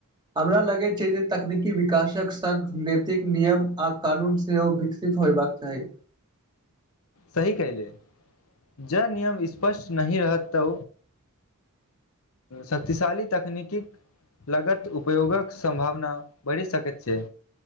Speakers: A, on the right (about 20°); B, on the left (about 65°).
A: हमरा लगैत छै जे तकनीकी विकासक संग नैतिक नियम आ कानून सेहो विकसि सित होयबाक चाही
B: सही कहले जँ नियम स्पष्ट नहि रहतौ शक्तिशाली तकनीकीक लगत उपयोगक सम्भावना बढ़ि सकैत छै